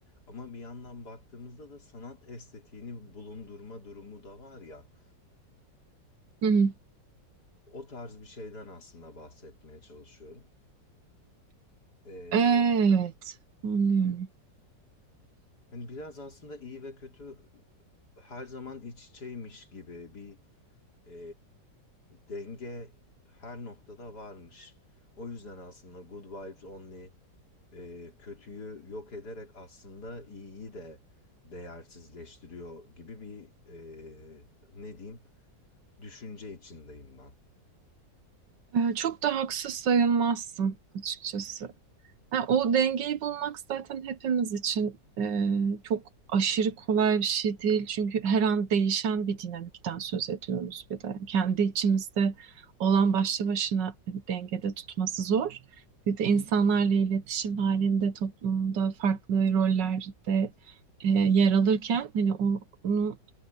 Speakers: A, on the left (about 60°); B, on the right (about 75°).
A: Ama bir yandan baktığımızda da sanat estetiğini bulundurma durumu da var ya.
B: Hı hı.
A: O tarz bir şeyden aslında bahsetmeye çalışıyorum. Ee,
B: Evet,
A: ama
B: anlıyorum.
A: hani biraz aslında iyi ve kötü her zaman iç içeymiş gibi bir e, denge her noktada varmış. O yüzden aslında Good Vibes Only e, kötüyü yok ederek aslında iyiyi de değersizleştiriyor gibi bir e, ne diyeyim düşünce içindeyim ben.
B: E, çok da haksız sayılmazsın açıkçası. Ha, o dengeyi bulmak zaten hepimiz için e, çok aşırı kolay bir şey değil. Çünkü her an değişen bir dinamikten söz ediyoruz bir de. Kendi içimizde olan başlı başına dengede tutması zor. Bir de insanlarla iletişim halinde, toplumda, farklı rollerde e, yer alırken hani onu